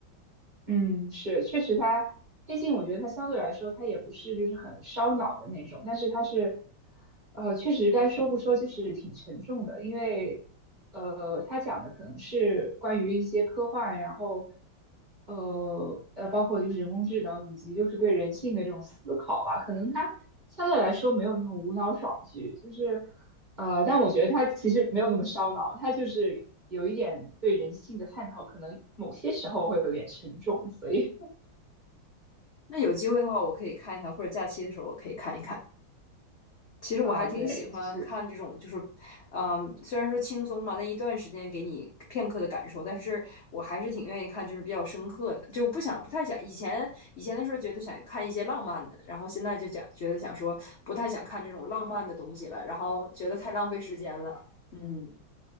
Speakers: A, on the right; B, on the left.
A: 嗯，是，确实它黑镜，我觉得它相对来说，它也不是就是很烧脑的那种，但是它是，呃，确实该说不说，就是挺沉重的，因为，呃，它讲的可能是关于一些科幻，然后，呃呃，包括就是人工智能以及就是对人性的这种思考吧，可能它相对来说没有那么无脑爽剧，就是。呃，但我觉得他其实没有那么烧脑，他就是有一点对人性的探讨，可能某些时候会有点沉重，所以
B: 那有机会的话，我可以看一看，或者假期的时候我可以看一看。
A: <laughs>
B: 其实我还挺喜欢看这种，
A: 啊，对，就是
B: 就是，嗯，虽然说轻松嘛，那一段时间给你片刻的感受，但是我还是挺愿意看，就是比较深刻的，就不想不太想以前以前的时候觉得想看一些浪漫的，然后现在就讲觉得想说不太想看这种浪漫的东西了，然后觉得太浪费时间了。嗯，